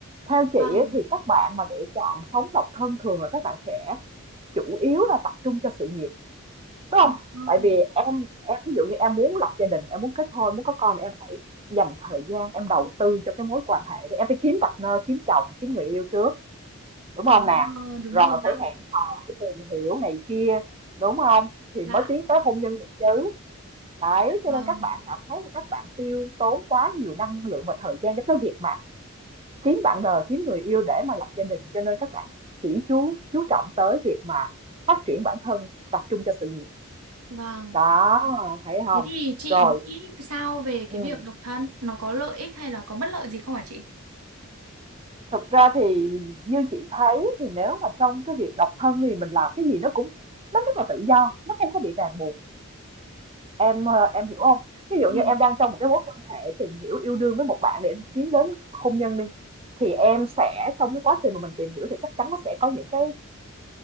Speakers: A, on the right; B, on the right.
A: Theo chị
B: Vâng,
A: ấy, thì các bạn mà lựa chọn sống độc thân thường là các bạn sẽ chủ yếu là tập trung cho sự nghiệp đúng
B: vâng,
A: không tại vì em em ví dụ như em muốn lập gia đình em muốn kết hôn muốn có con thì em phải dành thời gian em đầu tư cho cái mối quan hệ đó em phải kiếm partner kiếm chồng kiếm người yêu trước đúng
B: ờ,
A: không nè
B: ờ, đúng
A: rồi
B: rồi ạ,
A: phải hẹn hò phải tìm hiểu này kia đúng không thì
B: dạ,
A: mới tiến tới hôn nhân được chứ đấy cho
B: vâng,
A: nên các bạn cảm thấy là các bạn tiêu tốn quá nhiều năng lượng và thời gian cho cái việc mà kiếm bạn đời kiếm người yêu để mà lập gia đình cho nên các bạn chỉ chú chú trọng tới việc mà phát triển bản thân tập trung cho sự nghiệp
B: vâng.
A: đó thấy không
B: Thế thì chị
A: rồi
B: nghĩ sao về
A: ừ.
B: cái việc độc thân? Nó có lợi ích hay là có bất lợi gì không hả chị?
A: thực ra thì như chị thấy thì nếu mà trong cái việc độc thân thì mình làm cái gì nó cũng nó rất là tự do nó không có bị ràng buộc em ờ, em hiểu không ví dụ
B: Ừ.
A: như em đang trong một cái mối quan hệ tìm hiểu yêu đương với một bạn để tiến đến hôn nhân đi thì em sẽ trong cái quá trình mà mình tìm hiểu thì chắc chắn nó sẽ có những cái